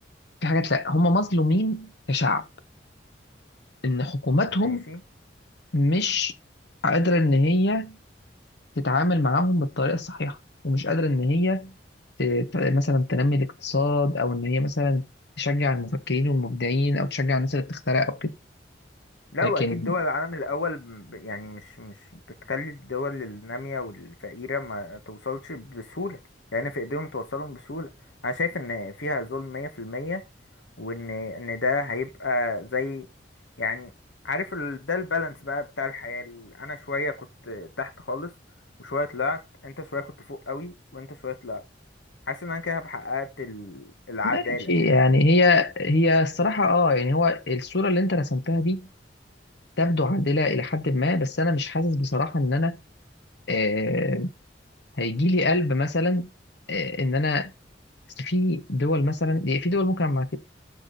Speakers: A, on the left (about 65°); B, on the left (about 85°).
A: في حاجات لا هم مظلومين كشعب ان حكوماتهم
B: ماشي
A: مش قادره ان هي تتعامل معاهم بالطريقه الصحيحه ومش قادره ان هي ت- ت- مثلا تنمي الاقتصاد او ان هي مثلا تشجع المفكرين والمبدعين او تشجع الناس اللي بتخترع او كده
B: لا
A: لكن
B: واكيد دول العالم الاول ب- يعني مش مش بتخلي الدول الناميه والفقيره ما توصلش بسهوله لان في ايديهم توصلهم بسهوله انا شايف ان فيها ظلم 100% وان ان ده هيبقى زي يعني عارف ال... ده البالانس بقى بتاع الحياه ال- انا شويه كنت تحت خالص وشويه طلعت انت شويه كنت فوق قوي وانت شويه طلعت حاسس ان انا كده حققت ال... العداله
A: ماشي يعني هي هي الصراحة اه يعني هو الصورة اللي انت رسمتها دي تبدو عادلة إلى حد ما بس أنا مش حاسس بصراحة إن أنا آه هيجي لي قلب مثلا آه إن أنا أصل في دول مثلا في دول ممكن أعمل معاها كده